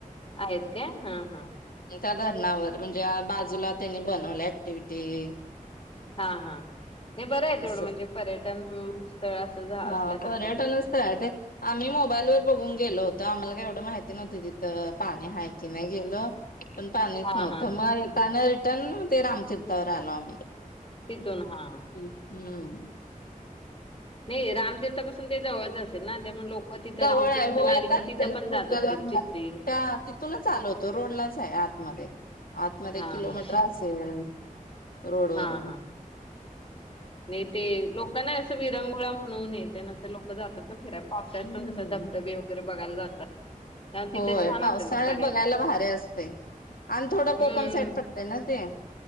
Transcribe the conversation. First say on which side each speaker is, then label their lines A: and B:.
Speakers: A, on the left; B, on the left.
A: आहेत काय हा हा.
B: त्या धरणावर म्हणजे बाजूला त्यांनी बनवले ऍक्टिव्हटी
A: हा हा, नाही बरं आहे
B: असं
A: तेवढं म्हणजे पर्यटन स्थळ असं असल्यासारख.
B: हा पर्यटन ते <unintelligible> आम्ही मोबाईलवर बघून गेलो होतो आम्हाला का एवढं माहिती नव्हती तिथं पाणी हाय की नाही गेलो. पण पाणीच
A: हां
B: नव्हत.
A: हां हां
B: मग येताना रिटर्न, ते रामतीर्थावर आलो आम्ही.
A: तिथून हा..
B: हम्म..
A: हे रामतीर्थापासून ते जवळच असेलना त्यामुळे लोक तिथं
B: जवळ
A: रामतीर्थला
B: आहे व
A: आली
B: येतात
A: की तिथं
B: तेच
A: पण जात
B: कुठला
A: असतील
B: ला
A: चित्री
B: त्या तुला चालोतो रोडलाच आहे आत मध्ये. आतमध्ये
A: हा
B: एक किलोमीटर
A: हा
B: असेल रोड वरून?
A: हा हा नाही ते लोक नाही असं विरंगोळा म्हणवून येते ना लोक जातात ना फिरत पावसाळ्यात
B: हम्म.
A: पण कस धबधबे वगैरे बघायला जातात. त्यामुळे
B: होय,
A: तिथे छान
B: पावसाळ्यात
A: असेल ते पर्यटन
B: बघायला भारी असते. आणि थोडं कोकण
A: हम्म
B: साईट पडतय ना ते